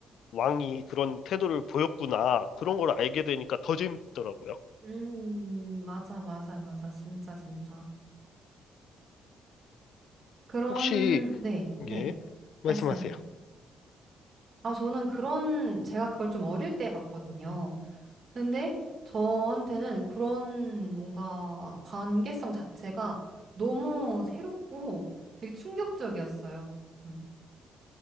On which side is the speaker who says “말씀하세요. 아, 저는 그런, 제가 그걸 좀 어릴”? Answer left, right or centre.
Right